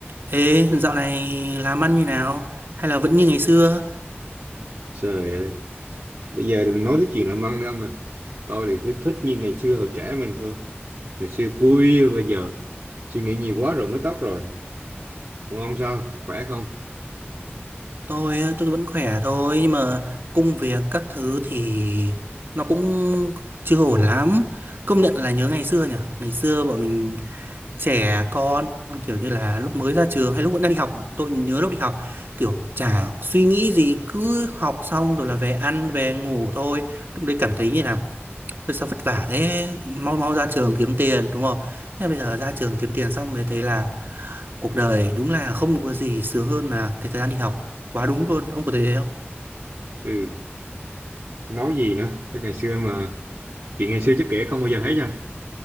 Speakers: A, on the right; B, on the right.
A: Ê, dạo này làm ăn như nào? Hay là vẫn như ngày xưa?
B: Trời ơi, bây giờ đừng nói đến chuyện làm ăn không nè. Tôi thì cứ thích như ngày xưa hồi trẻ mình thôi. Ngày xưa vui bây giờ suy nghĩ nhiều quá rồi mới tóc rồi. Còn ông sao? Khỏe không?
A: Tôi tôi vẫn khỏe thôi nhưng mà công việc các thứ thì nó cũng chưa ổn lắm. Công nhận là nhớ ngày xưa nhỉ? Ngày xưa bọn mình trẻ con kiểu như là lúc mới ra trường hay lúc vẫn đang đi học, tôi nhớ lúc đi học kiểu chả suy nghĩ gì cứ học xong rồi là về ăn về ngủ thôi. Lúc đấy cảm thấy như là Thôi sao vất vả thế mau mau ra trường kiếm tiền đúng không thế bây giờ ra trường kiếm tiền xong mới thấy là cuộc đời đúng là không có gì sướng hơn là cái thời gian đi học quá đúng luôn ông có thấy thế không
B: Ừ, nói gì nữa? Chứ ngày xưa mà chuyện ngày xưa chắc kể không bao giờ hết nha.